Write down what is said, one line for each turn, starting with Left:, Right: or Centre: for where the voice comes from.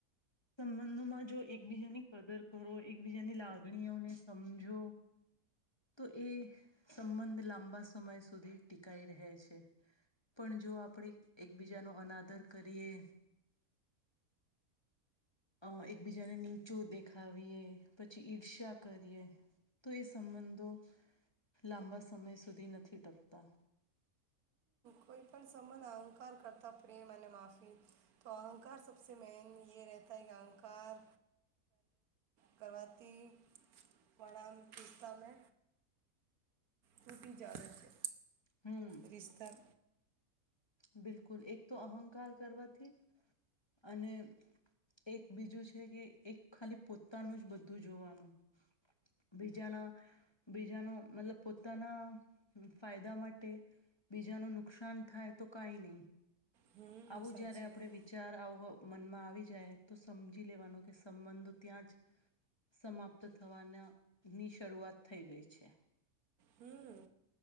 Left: સંબંધોમાં જો એકબીજાની કદર કરો એકબીજાની લાગણીઓને સમજો, તો એ સંબંધ લાંબા સમય સુધી ટીકાઈ રહે છે, પણ જો આપણે એકબીજાનો અનાદર કરીએ. અ એકબીજાને નીચો દેખાવીએ, પછી ઈર્ષ્યા કરીએ તો એ સંબંધો લાંબા સમય સુધી નથી, ટકતા
Right: કોઈ પણ સંબંધ અહંકાર કરતા પ્રેમ અને માફી, તો અહંકાર સબ મેન એ રહેતા કે અહંકાર કરતી વણસ્ કૂટીી જદ છે.
Left: હમ
Right: રિશતા.
Left: બિલકુલ, એક તો અહંકાર કરવાથી અને એક બીજું છે, કે એક ખાલી પોતાનું જ બધું જોવાનું. બીજના. બીજાનો મતલબ પોતાના ફાયદા માટે બીજાનું નુકસાન થાય તો કઈ નહીં
Right: હમ
Left: આવું
Right: સાચી
Left: જયારે આપડ
Right: વાત
Left: વિચાર આવ મનમાં આવી જાય તો સમજી લેવાનો કે સંબંધો ત્યાં જ સમાપ્ત થવાના ની શરૂઆત થઈ ગઈ છે
Right: હમ